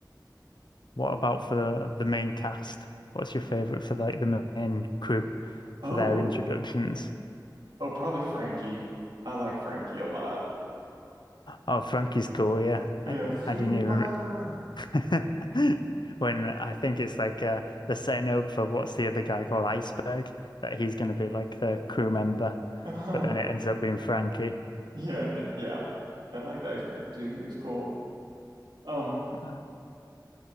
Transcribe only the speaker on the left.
What about for the, the main cast? What's your favorite for like the main crew
for their introductions?
Oh, Frankie's cool. Yeah,
I
I didn't even re- <laughs> when I think it's like uh, the setting up for what's the other guy called Iceberg that he's going to be like the crew member,
but then it ends up being Frankie.
Uh,